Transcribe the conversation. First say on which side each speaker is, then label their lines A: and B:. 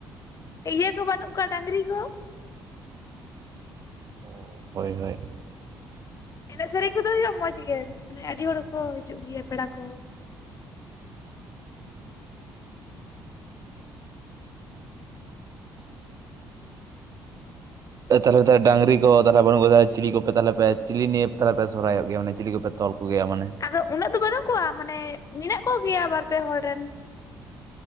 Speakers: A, on the left; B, on the right.
A: ᱤᱭᱟᱹ ᱠᱚ ᱵᱟᱹᱱᱩᱜ ᱠᱚᱣᱟ ᱰᱟᱹᱝᱨᱤ ᱠᱚ?
B: ᱚ ᱦᱳᱭ ᱦᱳᱭ ᱾
A: ᱮᱱᱮᱡ ᱥᱮᱹᱨᱮᱹᱧ ᱠᱚᱫᱚ ᱦᱳᱭᱳᱜᱼᱟ ᱢᱚᱸᱡᱽ ᱜᱮ ᱢᱟᱱᱮ ᱟᱰᱤ ᱦᱚᱲᱠᱚ ᱦᱤᱡᱩᱜ ᱜᱮᱭᱟ ᱯᱮᱲᱟ ᱠᱚ᱾
B: ᱛᱟᱞᱦᱮ ᱛᱚ ᱰᱟ ᱹᱝᱨᱤ ᱠᱚ ᱛᱟᱞᱦᱮ ᱵᱟᱹᱱᱩᱜ ᱠᱚ ᱪᱤᱞᱤ ᱠᱚᱯᱮ ᱛᱟᱞᱮ ᱪᱤᱞᱤ ᱱᱮᱭᱮ ᱛᱟᱞᱦᱮ ᱯᱮ ᱥᱚᱨᱦᱟᱭᱚᱜ ᱜᱮᱭᱟ᱾ ᱢᱟᱱᱮ ᱪᱤᱞᱤ ᱠᱚᱯᱮ? ᱛᱚᱞ ᱠᱚᱜᱮᱭᱟ ᱢᱟᱱᱮ?
A: ᱟᱫᱚ ᱩᱱᱟᱹᱜ ᱫᱚ ᱵᱟᱹᱱᱩᱜ ᱠᱚᱣᱟ, ᱢᱟᱱᱮ ᱢᱮᱱᱟᱜ ᱠᱚᱜᱮᱭᱟ ᱵᱟᱨ ᱯᱮ ᱦᱚᱲ ᱨᱮᱱ ᱾